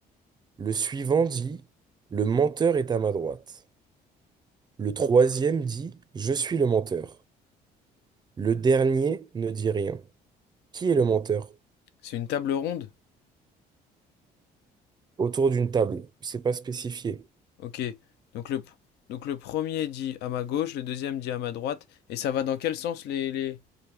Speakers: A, on the right (about 25°); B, on the left (about 75°).
A: Le suivant dit, Le menteur est à ma droite. Le troisième dit, Je suis le menteur. Le dernier ne dit rien. Qui est le menteur?
B: C'est une table ronde.
A: Autour d'une table. C'est pas spécifié.
B: Ok. Donc le, donc le premier dit à ma gauche, le deuxième dit à ma droite. Et ça va dans quel sens les, les,